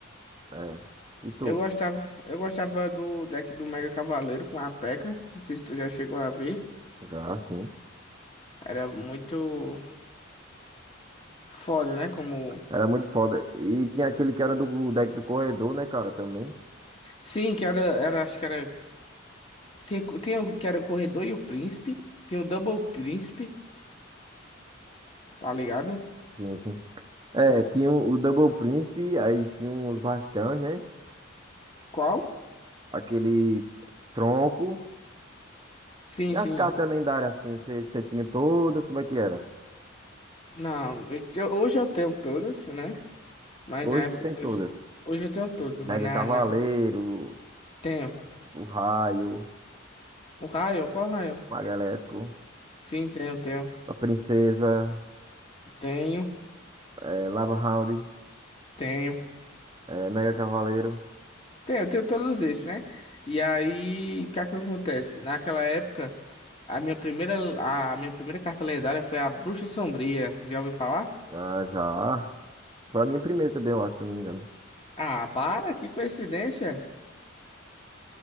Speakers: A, on the right; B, on the left.
A: É. E tu?
B: Eu gostava, eu gostava do deck do Mega Cavaleiro com a P.E.K.K.A. Não sei se tu já chegou a ver.
A: Já, sim.
B: Era muito foda, né? Como.
A: Era muito foda. E tinha aquele que era do deck do corredor, né, cara, também.
B: Sim, que era, era, acho que era. Tem, co- tem o que era o Corredor e o Príncipe. Tem o Double Príncipe, tá ligado?
A: Sim, sim. É, tinha o o Double Príncipe, aí tinha uns bastões, né?
B: Qual?
A: Aquele tronco.
B: Sim,
A: E as
B: sim.
A: cartas lendárias, assim, você você tinha todas, como é que era?
B: Não, eu- eu- hoje eu tenho todas, né? Mas
A: Hoje
B: na época.
A: tu tem
B: que
A: todas.
B: eu- Hoje eu tenho todos, mas
A: Mega
B: na,
A: Cavaleiro,
B: na... Tenho.
A: o Raio,
B: O Raio, qual Raio?
A: Mago Elétrico,
B: Sim, tenho, tenho.
A: a Princesa,
B: Tenho,
A: eh, Lava Hound,
B: tenho.
A: eh, Mega Cavaleiro.
B: Tenho, tenho todos esses, né? E aí, o que é que acontece? Naquela época, a minha primeira, a minha primeira carta lendária foi a Bruxa Sombria. Já ouviu falar?
A: Ah, já. Foi a minha primeira também, eu acho, se eu não me engano.
B: Ah, para, que coincidência.